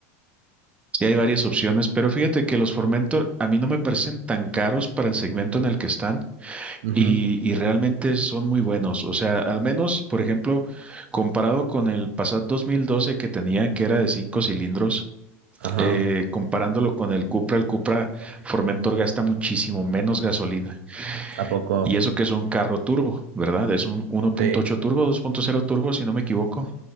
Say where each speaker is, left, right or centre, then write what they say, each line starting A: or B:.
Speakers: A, on the right; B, on the right.
A: Y hay varias opciones, pero fíjate que los Formentor a mí no me parecen tan caros para el segmento en el que están
B: Ujú,
A: y, y realmente son muy buenos. O sea, al menos, por ejemplo, comparado con el Passat 2012 que tenía, que era de cinco cilindros,
B: Ajá.
A: eh, comparándolo con el Cupra, el Cupra Formentor gasta muchísimo menos gasolina.
B: Tampoco.
A: Y eso que es un carro turbo, ¿verdad? Es un 1.8
B: Sí,
A: turbo, 2.0 turbo, si no me equivoco.